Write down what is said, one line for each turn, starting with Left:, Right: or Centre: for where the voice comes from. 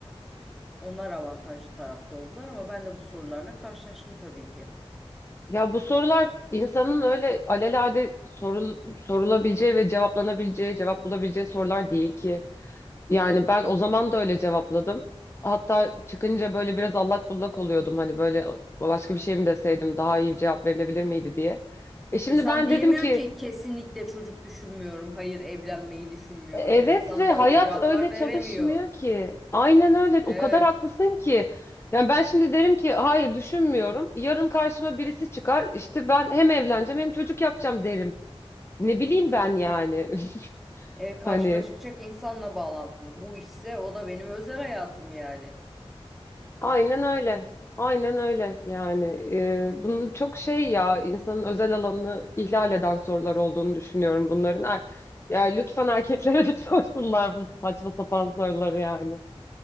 Centre: onlar avantajlı tarafta oldular ama ben de bu sorularla karşılaştım tabii ki.
Left: Ya bu sorular insanın öyle alelade sorul sorulabileceği ve cevaplanabileceği, cevap bulabileceği sorular değil ki. Yani ben o zaman da öyle cevapladım. Hatta çıkınca böyle biraz allak bullak oluyordum. Hani böyle başka bir şey mi deseydim daha iyi bir cevap verilebilir miydi diye. E şimdi
Centre: İnsan
Left: ben
Centre: diyemiyor
Left: dedim ki
Centre: ki kesinlikle çocuk düşünmüyorum, hayır evlenmeyi düşünmüyorum.
Left: "E, evet
Centre: İnsan
Left: ve
Centre: da
Left: hayat
Centre: öyle cevaplar
Left: öyle
Centre: veremiyor.
Left: çalışmıyor ki. Aynen öyle.
Centre: Evet.
Left: O kadar haklısın ki. Yani ben şimdi derim ki hayır düşünmüyorum. Yarın karşıma birisi çıkar. İşte ben hem evleneceğim hem çocuk yapacağım derim. Ne bileyim ben yani. <laughs>
Centre: e, karşıma
Left: Hani
Centre: çıkacak insanla bağlantılı. Bu işse o da benim özel hayatım yani.
Left: aynen öyle. Aynen öyle yani. Ee, bunun çok şey ya insanın özel alanını ihlal eden sorular olduğunu düşünüyorum bunların. Er ya lütfen erkeklere de <laughs> sorsunlar bu saçma sapan soruları yani.